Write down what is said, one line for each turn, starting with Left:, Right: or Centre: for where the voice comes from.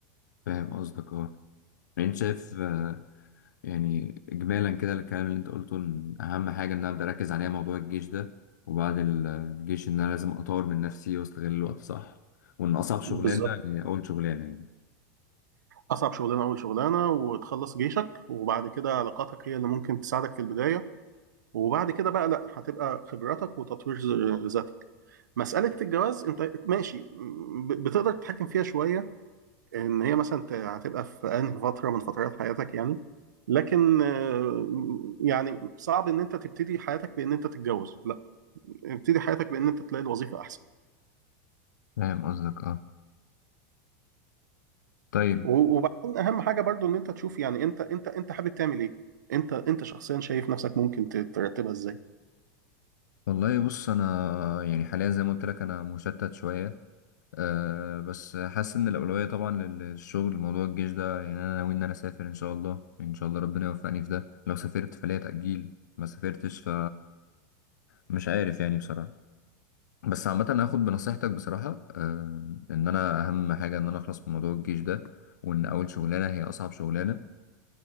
Left: فاهم قصدك اه يعني انت شايف آه، يعني اجمالا كده الكلام اللي انت قلته ان اهم حاجة ان انا ابدا اركز عليها موضوع الجيش ده وبعد ال- الجيش ان انا لازم اطور من نفسي واستغل الوقت صح وان اصعب شغلانة
Right: بالظبط
Left: هي اول شغلانة يعني
Right: أصعب شغلانة أول شغلانة وتخلص جيشك وبعد كده علاقاتك هي اللي ممكن تساعدك في البداية وبعد كده بقى لأ هتبقى خبراتك وتطوير ز- ذاتك مسألة الجواز أنت ماشي ب- بتقدر تتحكم فيها شوية إن هي مثلا ت- هتبقى في أنهي فترة من فترات حياتك يعني لكن آه، يعني صعب ان انت تبتدي حياتك بان انت تتجوز لا ابتدي حياتك بان انت تلاقي الوظيفه احسن
Left: فاهم قصدك اه طيب
Right: و- وبعدين اهم حاجه برضو ان انت تشوف يعني انت انت انت حابب تعمل ايه انت انت شخصيا شايف نفسك ممكن ت- ترتبها ازاي
Left: والله بص انا يعني حاليا زي ما قلت لك انا مشتت شويه أه بس حاسس ان الاولويه طبعا للشغل موضوع الجيش ده يعني انا ناوي ان انا اسافر ان شاء الله ان شاء الله ربنا يوفقني في ده لو سافرت فليا تاجيل ما سافرتش ف مش عارف يعني بصراحه بس عامه أنا هاخد بنصيحتك بصراحه أه ان انا اهم حاجه ان انا اخلص من موضوع الجيش ده وان اول شغلانه هي اصعب شغلانه